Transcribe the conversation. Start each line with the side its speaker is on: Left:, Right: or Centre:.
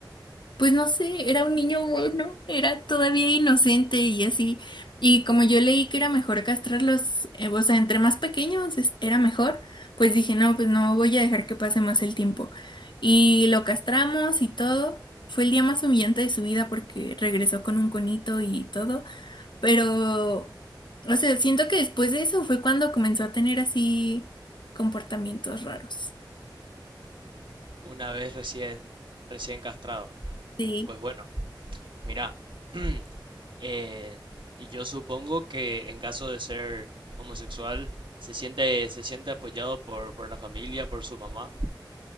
Left: pues no sé, era un niño bueno, era todavía inocente y así, y como yo leí que era mejor castrarlos, eh, o sea, entre más pequeños es- era mejor, pues dije, no, pues no voy a dejar que pase más el tiempo. Y lo castramos y todo, fue el día más humillante de su vida porque regresó con un conito y todo. Pero, o sea, siento que después de eso fue cuando comenzó a tener así comportamientos raros.
Right: Una vez recién, recién castrado.
Left: Sí.
Right: Pues bueno, mira, <clears throat> eh, y yo supongo que en caso de ser homosexual, se siente, se siente apoyado por, por la familia, por su mamá.